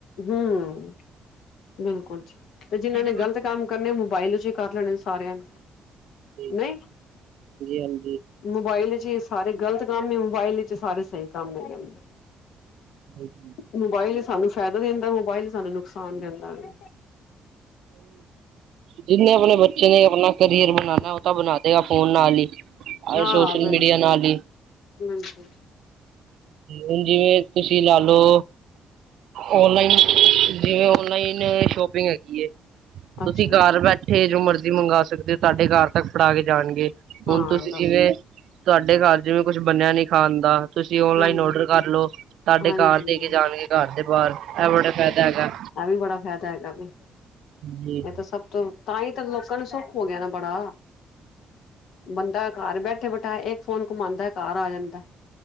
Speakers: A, on the left; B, on the right.
A: ਹਮ ਬਿਲਕੁਲ ਜੀ ਤੇ ਜਿਨਾਂ
B: ਜਿਹੜੇ
A: ਨੇ ਗ਼ਲਤ ਕੰਮ ਕਰਨੇ ਮੋਬਾਇਲ ਚ ਹੀ ਕਰ ਲੈਣੇ ਸਾਰਿਆਂ ਨੇ।
B: ਜੀ
A: ਨਹੀਂ
B: ਹਾਂਜੀ-ਹਾਂਜੀ।
A: ਮੋਬਾਇਲ ਇਚ ਹੀ ਸਾਰੇ ਗ਼ਲਤ ਕੰਮ ਮੋਬਾਇਲ ਇਚ ਸਾਰੇ ਸਹੀ ਕੰਮ ਹੈਗੇ ਨੇ।
B: ਹਾਂਜੀ <inaudible>
A: ਮੋਬਾਇਲ ਹੀ ਫਾਇਦਾ ਦਿੰਦਾ ਮੋਬਾਈਲ ਹੀ ਸਾਨੂੰ ਨੁਕਸਾਨ ਦਿੰਦਾ ਵੇ।
B: ਜਿੰਨੇ ਆਪਣੇ ਬੱਚੇ ਨੇ ਆਪਨਾ ਕਰੀਅਰ ਬਣਾਉਣਾ ਉਹ ਤਾਂ ਬਣਾ ਦੇਗਾ ਫੋਨ ਨਾਲ ਹੀ। ਆਏ
A: ਹਾਂ
B: ਸੋਸ਼ਲ
A: ਬਿਲਕੁਲ
B: ਮੀਡੀਆ ਨਾਲ ਈ
A: ਬਿਲਕੁਲ
B: ਹੁਣ ਜਿਵੇਂ ਤੁਸੀਂ ਲਾ ਲੋ ਔਨਲਾਈਨ ਜਿਵੇਂ ਔਨਲਾਈਨ ਸ਼ੋਪਿੰਗ ਹੈਗੀ
A: ਅੱਛਾ
B: ਤੁਸੀਂ
A: ਜੀ
B: ਘਰ ਬੈ ਥੇ ਜੋ ਮਰਜ਼ੀ ਮੰਗਵਾ ਸਕਦੇ ਹੋ ਤੁਹਾਡੇ ਘਰ ਤੱਕ ਫੜਾ ਕੇ ਜਾਣਗੇ
A: ਹਾਂ
B: ਹੁਣ ਤੁਸੀਂ ਜਿਵੇਂ ਤੁਹਾਡੇ ਘਰ ਚ ਵੀ ਕੁੱਛ ਬੰਣਿਆ ਨੀ ਖਾਨ ਦਾ ਤੁਸੀਂ ਔਨਲਾਈਨ
A: ਹਾਂਜੀ
B: ਔਡਰ ਕਾਰਲੋ ਤੁਹਾਡੇ
A: ਹਾਂਜੀ
B: ਘਰ ਦੇ ਕੇ ਜਾਣਗੇ ਘਰ ਦੇ ਬਾਹਰ ਇਹ ਬੜਾ ਫਾਇਦਾ ਹੈਗਾ।
A: ਐਵੀ ਬੜਾ ਫਾਇਦਾ ਹੈਗਾ ਵੀ।
B: ਜੀ
A: ਇਹ ਤਾਂ ਸਭ ਤੋਂ ਤਾਂ ਹੀ ਤਾਂ ਲੋਕਾਂ ਨੂੰ ਸੁੱਖ ਹੋ ਗਿਆ ਨਾ ਬੜਾ ਬੰ ਘਰ ਬੈਠੇ ਬਿਠਾਏ ਇੱਕ ਫੋਨ ਘੁਮਾਂਦਾ ਘਰ ਆ ਜਾਂਦਾ।